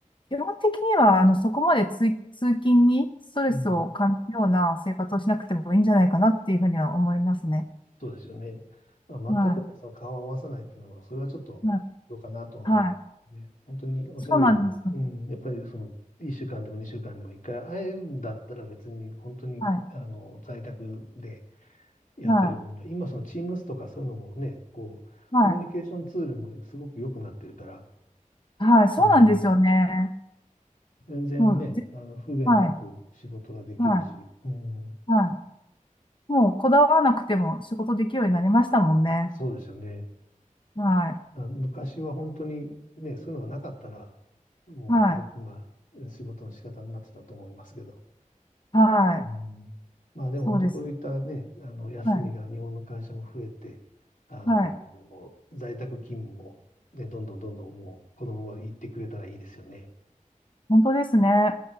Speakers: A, on the left (about 35°); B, on the left (about 70°).
A: 基本的には、あの、そこまで通、通勤にストレスを感じるような生活をしなくてもいいんじゃないかなっていうふうには思いますね。
B: うん、そうですよね。まあ、
A: は
B: 全くね、その顔を合わさないっていうのは、それはちょっとどうかなとは思いますね。
A: い。なはい。
B: 本当におっしゃるように、
A: そうなんですよね。
B: うん、やっぱりその、1週間でも2週間でも1回会えるんだったら別に本当にあの在宅で
A: はい。
B: やってる分には、
A: は
B: 今その Teams とかそういうのもね、こう、
A: い。
B: コミュニケーションツールもすごく良くなってるから、
A: はい。はい。そうなんですよね。
B: あの、全然ね、
A: もう、ぜ
B: あの、不便なく仕事ができるし、
A: はい。はい。
B: うん、
A: はい。もう、こだわらなくても仕事できるようになりましたもんね。
B: そうですよね。
A: はい。
B: あ、昔は本当にね、そういうのがなかったら、もう孤独なえ仕事の仕方になってたと思いますけど。
A: はい。はい。
B: うん、まあでも本当こういったね、
A: そうです。
B: あの休みが日本の会社も増えて、
A: はい。
B: あの、
A: はい。
B: 在宅勤務もね、どんどんどんどんもうこのまま行ってくれたらいいですよね。
A: 本当ですね。